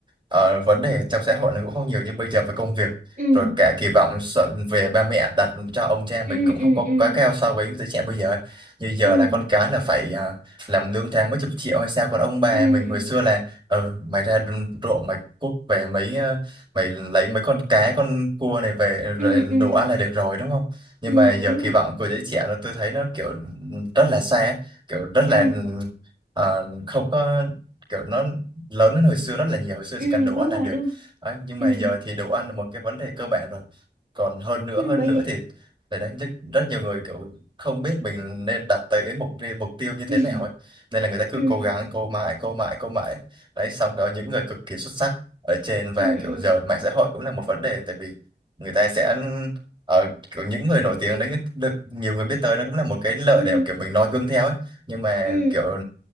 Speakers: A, on the right; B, on the right.
A: ờ, vấn đề trong xã hội nó cũng không nhiều như bây giờ về công việc
B: ừ
A: rồi cả kỳ vọng sợ về ba mẹ đặt cho ông cha mình
B: ừ
A: cũng không
B: ừ
A: có
B: ừ
A: quá cao so với giới trẻ bây giờ như giờ
B: ừ
A: là con cái là phải ờ, làm lương tháng mấy chục triệu hay sao còn ông bà
B: ừ
A: mình hồi xưa là Ờ, mày ra đồng ruộng mày cuốc về mấy ờ, mày lấy mấy con cá con cua này về
B: ừ
A: rồi
B: ừ
A: đủ ăn là được rồi đúng không nhưng
B: ừ,
A: mà giờ
B: đúng
A: kỳ
B: rồi
A: vọng của giới trẻ là tôi thấy nó kiểu rất là xa ấy, kiểu rất
B: ừ
A: là ờ, không có kiểu nó lớn hơn hồi xưa rất là nhiều hồi xưa
B: ừ
A: chỉ cần đủ
B: đúng
A: ăn là
B: rồi
A: được
B: đúng rồi
A: Đấy, nhưng
B: ừ
A: mà giờ thì đủ ăn là một cái vấn đề cơ bản rồi còn hơn nữa
B: ừ
A: hơn
B: bởi
A: nữa
B: vì
A: thì để đấy rất, rất nhiều người kiểu không biết mình nên đặt tới mục mục tiêu như thế
B: ừ
A: nào ấy nên là người ta cứ
B: ừ
A: cố gắng cố mãi cố mãi cố mãi đấy xong đó những người cực kỳ xuất sắc ở trên và
B: ừ
A: kiểu
B: ừ
A: giờ mạng xã hội cũng là một vấn đề tại vì người ta sẽ ở kiểu những người nổi tiếng đấy được nhiều người biết tới nó cũng là một cái lợi
B: ừ
A: để kiểu mình noi gương theo ấy nhưng mà
B: ừ
A: kiểu